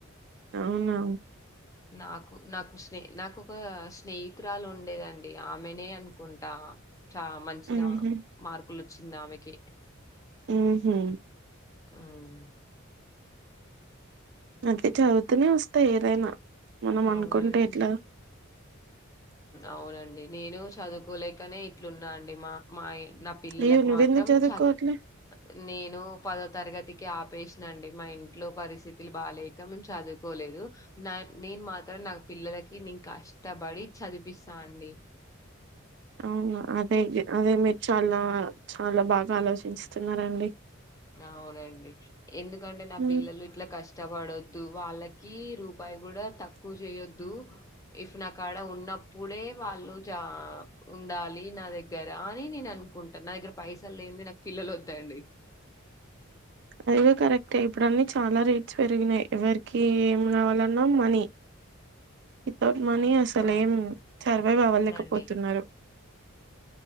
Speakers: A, on the right; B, on the left.
A: అవునావు
B: నాకు నాకు స్నేహ ఒక స్నేహితురాలు ఉండేదండి ఆమెనే అనుకుంటా చా మంచి
A: ఉహు
B: రా మార్కులు వచ్చింది ఆమెకి
A: ఉహు
B: ఆవునా
A: అంటే చదువుతూనే వస్తాయి ఏదైనా మనం అనుకుంటే
B: అవునండి
A: ఎట్లా
B: అవునండి నేను చదువుకోలేకనే ఇట్లున్నా అండి మా మా నా పిల్లలకు
A: అయ్యో నువ్వెందుకు
B: మాత్రం
A: చదువుకోవట్లే
B: చదువు నేను పదో తరగతి కి ఆపేసినండి మా ఇంట్లో పరిస్థితులు బాలేక మేము చదువుకోలేదు నేను మాత్రం నా పిల్లలకి నేను కష్టపడి చదిపిస్తానండి.
A: అవునా అదే అదే మీరు చాలా చాలా బాగా ఆలోచిుస్తున్నారండి
B: అవునండి ఎందుకంటే నా
A: ఉమ్,
B: పిల్లలు ఇట్లా కష్ట ఇష్టపడద్దు వాళ్ళకి రూపాయి కూడా తక్కువ చేయొద్దు ఇఫ్ నా కాడ ఉన్న అప్పుడే వాళ్ళు చ ఉండాలి నా దగ్గర అని నేను అనుకుంటాను నా దగ్గర పైసలు లేంది నాకు పిల్లలు ఒదండి
A: అదిగా కరెక్టే ఇప్పుడు అన్న చాలా రేట్స్ పెరిగినాయి ఎవరికి ఏం కావాలన్నా మనీ వితౌట్ మనీ అసలేం
B: ఆ
A: సర్వైవ్ అవ్వలేకపోతున్నారు
B: అండి